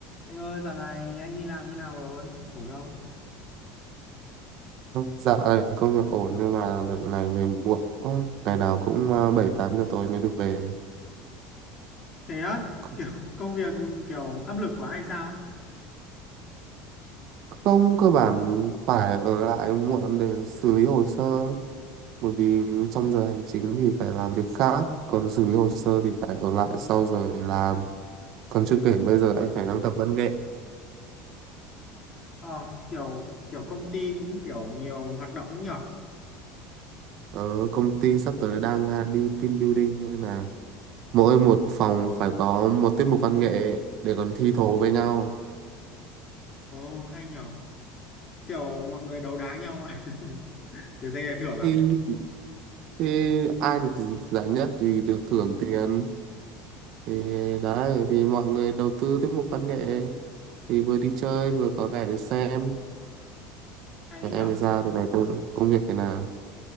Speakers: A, on the left (about 25°); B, on the right (about 45°).
A: Anh ơi, dạo này anh đi làm như nào rồi? Ổn không?
B: Dạ công việc ổn nhưng mà đợt này về muộn quá ngày nào cũng ờ, bảy tám giờ tối mới được về
A: Thế á,
B: C-
A: kiểu <laughs> công việc kiểu áp lực quá hay sao?
B: không cơ bản phải ở lại muộn để xử lý hồ sơ bởi vì trong giờ hành chính thì phải làm việc khác còn xử lý hồ sơ thì phải ở lại sau giờ để làm còn chưa kể bây giờ anh phải đang tập văn nghệ
A: Ờ, kiểu kiểu công ty cũng kiểu nhiều hoạt động ấy nhở?
B: ở công ty sắp tới đang ờ, đi team building nên là mỗi một phòng phải có một tiết mục văn nghệ để còn thi thố với nhau
A: Ồ, hay nhở? Kiểu mọi người đấu đá nhau à? <laughs> để giành giải thưởng à?
B: thì thì ai được giải nhất thì được thưởng tiền thì đấy thì mọi người đầu tư tiết mục văn nghệ thì vừa đi chơi vừa có cái để xem
A: Hay ấy
B: Thế em
A: nhở?
B: thì sao thì này công, công việc thế nào